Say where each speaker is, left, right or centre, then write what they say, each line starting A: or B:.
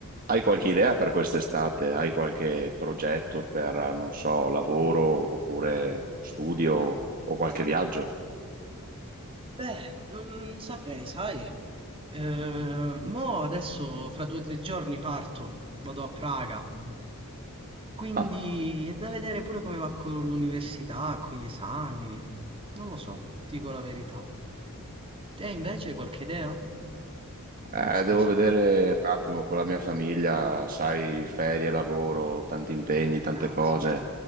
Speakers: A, on the right (about 40°); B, on the right (about 25°).
A: Hai qualche idea per quest'estate? Hai qualche progetto per, non so, lavoro oppure studio o qualche viaggio?
B: Beh, non saprei, sai. Eh, mo adesso fra due o tre giorni parto, vado a Praga. Quindi
A: Ah,
B: è da vedere pure come va con l'università, con gli esami. Non lo so, ti dico la verità. Te invece hai qualche idea?
A: eh, devo
B: Non so.
A: vedere un attimo con la mia famiglia, sai, ferie, lavoro, tanti impegni, tante
B: Ah,
A: cose,
B: sì.